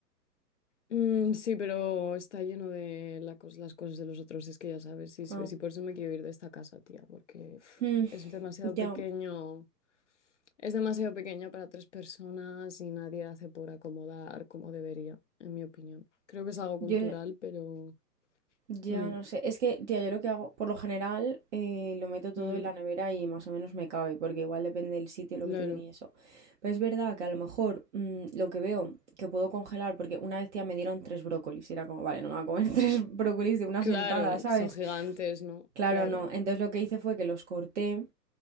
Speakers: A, on the left; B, on the right.
A: Mm, sí, pero está lleno de la cos- las cosas de los otros, es que ya sabes, y, si
B: Ah,
A: si por eso me quiero ir de esta casa, tía, porque uf,
B: mm,
A: es demasiado
B: ya.
A: pequeño. Es demasiado pequeño para tres personas y nadie hace por acomodar como debería, en mi opinión. Creo que es algo
B: Yo,
A: cultural, pero...
B: Ya
A: mm,
B: no sé, es que, tía, yo lo que hago, por lo general, eh, lo meto todo
A: mm,
B: en la nevera y más o menos me cabe, porque igual depende del sitio, lo
A: claro,
B: que te den eso. Pero es verdad que a lo mejor mm, lo que veo que puedo congelar, porque una vez, tía, me dieron tres brócolis, y era como, vale, no me voy a comer <laughs> tres brócolis de una
A: claro,
B: sentada, ¿sabes?
A: que son gigantes, ¿no?
B: Claro,
A: Claro.
B: no. Entonces lo que hice fue que los corté